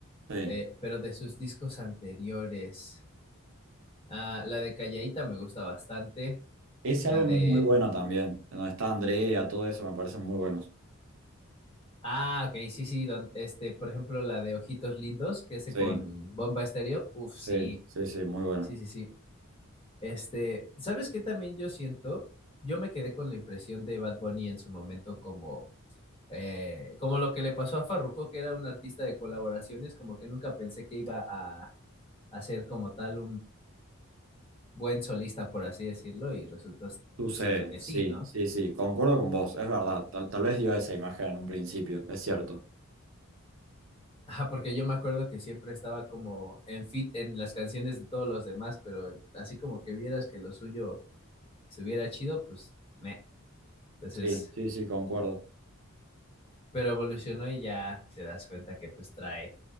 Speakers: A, on the right (about 60°); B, on the left (about 25°).
A: Sí.
B: eh, pero de sus discos anteriores. Ah, la de Callaíta me gusta bastante.
A: Ese
B: La
A: álbum
B: de.
A: es muy bueno también. en Donde está Andrea, todo eso me parecen muy buenos.
B: Ah, ok, sí, sí, don- este, por ejemplo, la de Ojitos Lindos, que hace
A: Sí.
B: con Bomba Estéreo. Uf, sí,
A: Sí, sí, sí, muy bueno.
B: sí, sí, sí. Este, ¿sabes qué también yo siento? Yo me quedé con la impresión de Bad Bunny en su momento como. eh, como lo que le pasó a Farruko, que era un artista de colaboraciones, como que nunca pensé que iba a hacer como tal buen solista, por así decirlo, y resultó s-
A: Sucede,
B: siendo que
A: sí,
B: sí, ¿no?
A: sí, sí, concuerdo con vos, es verdad, tal, tal vez dio esa imagen en un principio, es cierto.
B: Ajá, porque yo me acuerdo que siempre estaba como en fit en las canciones de todos los demás, pero así como que vieras que lo suyo estuviera chido, pues me. Entonces,
A: Sí, sí, sí, concuerdo.
B: pero evolucionó y ya te das cuenta que pues trae,